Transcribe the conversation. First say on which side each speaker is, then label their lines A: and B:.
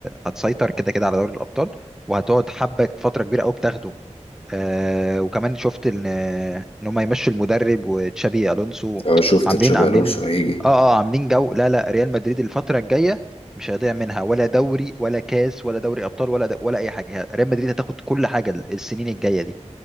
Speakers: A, in the centre; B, on the left.
A: هتسيطر كده كده على دوري الابطال وهتقعد حبه فتره كبيره قوي بتاخده آه وكمان شفت ان ان هم يمشوا المدرب وتشابي الونسو
B: أه شفت
A: عاملين
B: تشابي
A: عاملين
B: ألونسو هيجي
A: اه اه عاملين جو لا لا ريال مدريد الفتره الجايه مش هيضيع منها ولا دوري ولا كاس ولا دوري ابطال ولا ولا اي حاجه ريال مدريد هتاخد كل حاجه السنين الجايه دي